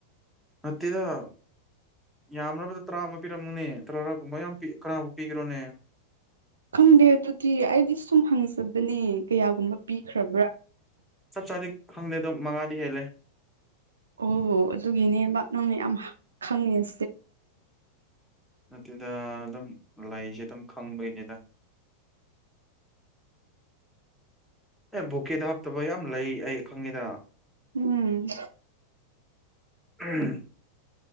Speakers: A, in the centre; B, on the right.
A: ꯍꯠꯇꯤꯗ ꯌꯥꯝꯕꯗ ꯇꯔꯥ ꯑꯃ ꯄꯤꯔꯝꯅꯨꯅꯦ ꯇꯔꯥꯔꯥꯒꯨꯝꯕ ꯌꯥꯝ ꯄ ꯀꯅꯥꯐꯥꯎ ꯄꯤꯈ꯭ꯔꯣꯅꯦ
B: ꯈꯪꯗꯦ ꯑꯗꯨꯗꯤ ꯑꯩꯗꯤ ꯁꯨꯝ ꯍꯪꯖꯕꯅꯦ ꯀꯌꯥꯒꯨꯝꯕ ꯄꯤꯈ꯭ꯔꯕ꯭ꯔꯥ
A: ꯆꯥꯛ ꯆꯥꯔꯦ ꯈꯪꯗꯦ ꯑꯗꯣ ꯃꯉꯥꯅꯤ ꯍꯦꯜꯂꯦ
B: ꯑꯣ ꯑꯗꯨꯒꯤꯅꯦꯕ ꯅꯪꯅ ꯌꯥꯝ ꯈꯪꯉꯦꯦ
A: ꯑꯗꯨꯗ ꯑꯗꯨꯝ ꯂꯩꯁꯦ ꯑꯗꯨꯝ ꯈꯪꯕꯒꯤꯅꯤꯗ ꯑꯦ ꯕꯣꯀꯦꯗ ꯍꯥꯞꯇꯕ ꯌꯥꯝ ꯂꯩ ꯑꯩ ꯈꯪꯉꯤꯗ
B: ꯎꯝ
A: ꯎꯝ